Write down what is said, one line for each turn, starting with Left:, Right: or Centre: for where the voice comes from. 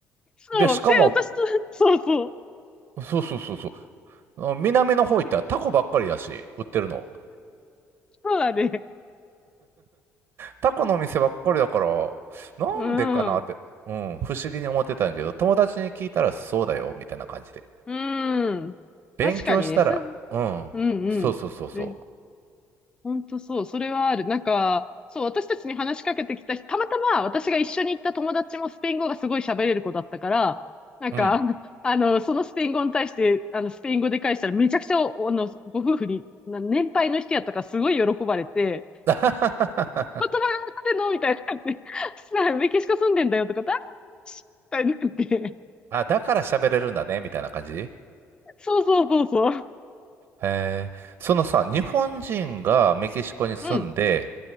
Left: そう。
Right: で、しかも、
Left: で、私と、そうそう。
Right: そうそうそうそう。あの南の方行ったらタコばっかりだし、売ってるの。
Left: そうだね。
Right: タコのお店ばっかりだから、なんでかなって、
Left: うん。
Right: うん、不思議に思ってたんだけど、友達に聞いたらそうだよ、みたいな感じで。
Left: うん。
Right: 勉強したら、
Left: 確かにね、す、うん
Right: うん、
Left: うん。
Right: そうそうそうそ
Left: ね本当そう、それはある。なんか、そう、私たちに話しかけてきた人、たまたま私が一緒に行った友達もスペイン語がすごい喋れる子だったから、なんか、
Right: う、うん。
Left: あの、そのスペイン語に対して、あの、スペイン語で返したらめちゃくちゃ、おあの、ご夫婦に、な年配の人やったからすごい喜ばれて、
Right: <laughs>
Left: またまたでのみたいにな感じさメキシコ住んでんだよとか、だ、し、みたいになって。
Right: あ、だから喋れるんだね、みたいな感じ
Left: そうそうそうそう。
Right: えー、そのさ、日本人がメキシコに住んで、
Left: うん、